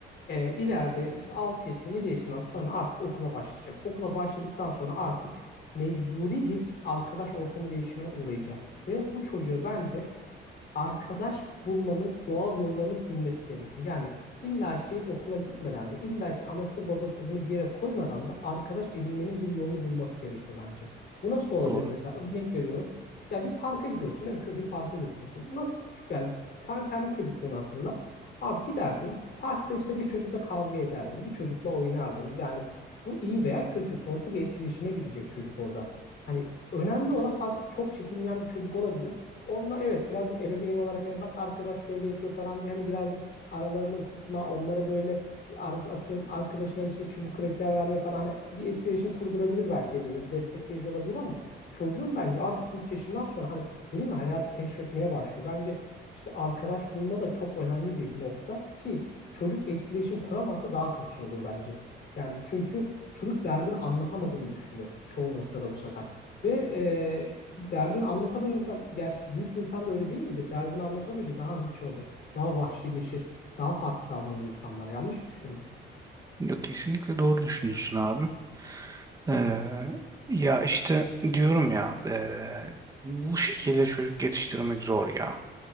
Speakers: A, on the left; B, on the right.
A: E, ileride işte 6 yaşında 7 yaşından sonra artık okula başlayacak. Okula başladıktan sonra artık mecburi bir arkadaş ortamı değişimine uğrayacak. Ve bu çocuğa bence arkadaş bulmanın doğal yollarını bilmesi gerekiyor. Yani illaki okula gitmeden de illaki anası babası bunu bir yere koymadan da arkadaş edinmenin bir yolunu bulması gerekiyor bence. Bu nasıl olabilir
B: Doğru.
A: mesela? Örnek veriyorum. Ya bir parka gidiyorsun değil mi? Çocuğu parka götürüyorsun. Nasıl? Yani sen kendi çocukluğunu hatırla. Abi giderdin. Parkta işte bir çocukla kavga ederdin. Bir çocukla oynardın. Yani bu iyi veya kötü. Sonuçta bir etkileşime girecek çocuk orada. Hani önemli olan bak çok çekingen bir çocuk olabilir. Onunla evet birazcık ebeveyn olarak hani bak arkadaş şöyle yapıyor falan diye hani birazcık aralarını ısıtma, onlara böyle ar- atıyorum arkadaşına işte çubuk kraker verme falan hani bir etkileşim kurdurabilir belki ebeveyn, bir destekleyici olabilir ama çocuğun bence artık 3 yaşından sonra hani dedim ya hayatı keşfetmeye başlıyor. Bence işte arkadaş bulma da çok önemli bir nokta ki çocuk etkileşim kuramazsa daha hırçın olur bence. Yani çünkü çocuk derdini anlatamadığını düşünüyor çoğu noktada bu sefer. Ve derdini anlatamayan insan, gerçek büyük insan da öyle değil midir? Derdini anlatamayınca daha hırçın olur, daha vahşileşir, daha farklı davranır insanlara. Yanlış mı düşünüyorum?
B: Yok, kesinlikle doğru düşünüyorsun abi. Ee, ya işte diyorum ya e, bu şekilde çocuk yetiştirmek zor ya.